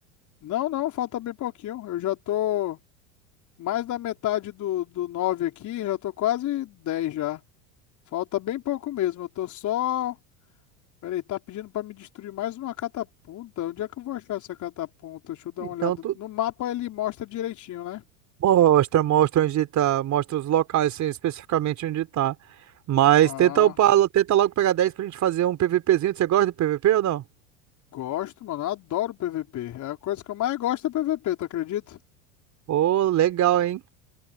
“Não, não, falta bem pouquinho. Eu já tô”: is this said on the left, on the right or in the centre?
Left